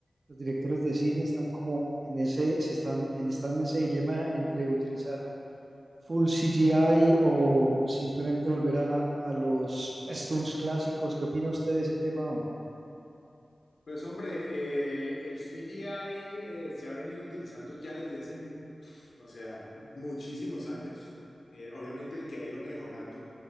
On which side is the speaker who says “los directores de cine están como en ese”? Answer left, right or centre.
Right